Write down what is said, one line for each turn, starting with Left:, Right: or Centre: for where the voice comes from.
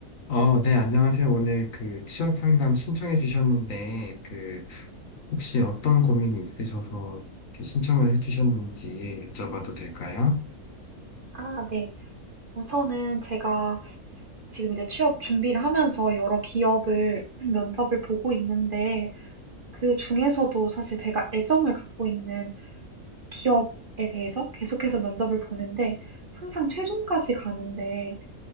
Left: 어, 네, 안녕하세요. 오늘 그 취업 상담 신청해 주셨는데, 그 혹시 어떤 고민이 있으셔서 이렇게 신청을 해 주셨는지 여쭤봐도 될까요?
Right: 아, 네. 우선은 제가 지금 이제 취업 준비를 하면서 여러 기업을 <clears throat> 면접을 보고 있는데 그 중에서도 사실 제가 애정을 갖고 있는 기업에 대해서 계속해서 면접을 보는데 항상 최종까지 가는데